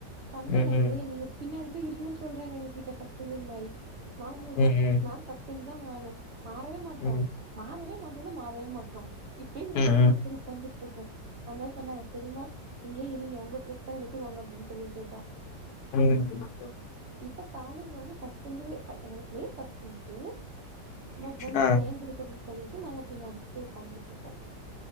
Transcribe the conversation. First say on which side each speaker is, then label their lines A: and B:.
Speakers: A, on the right; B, on the left.
A: சண்ட
B: ம்,
A: வருதே
B: ம்,
A: நீங்க பின்னாடி போய்றீங்கன்னு சொல்றாங்க எங்க கிட்ட பஸ்ட் பெஞ்லருந்து மாரி நாங்க சொல்றோ
B: ம், ம்,
A: நா பஸ்ட் பென்ச் தா வேணு மாறவே மாட்டோ
B: ம்.
A: மாறவே மாட்டோனா மாறவே மாட்டோ இப்பயு
B: ம்.
A: இருக்கோ மூணு பேரு உட்காந்துட் ருப்போ அந்தஆ சொன்னாங்க சரிமா இங்கே இருங்கே உங்க பிளேஸ் தானே வச்சுக்கோங்க அப்டின்னு சொல்லிட்டு போயிட்டா
B: <unintelligible>
A: இப்ப காலேஜல வந்து பஸ்ட் பெஞ்சு என்னோட பிளேஸ் பஸ்ட் பெஞ்சு பட் வந்து
B: ஆ,
A: சேந்து இருக்குதுன்னு சொல்லிட்டு நாங்க பின்னாடி போய் உட்காந்துகிட்ரு இருக்கோ